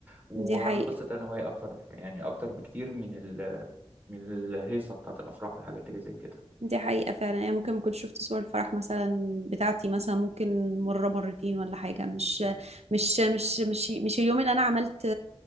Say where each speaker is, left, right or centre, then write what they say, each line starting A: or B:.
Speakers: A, on the right; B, on the right.
A: وهننبسط
B: دي حقيقة
A: انا وهي اكتر يعني اكتر بكتير من ال من الهيصة بتاعت الأفراح والحاجات اللي زي كده
B: دي حقيقة فعلا يعني ممكن ما كنتش شفت صور الفرح مثلا بتاعتي مثلا ممكن مرة مرتين ولا حاجة مش مش مش مش مش اليوم اللي أنا عملت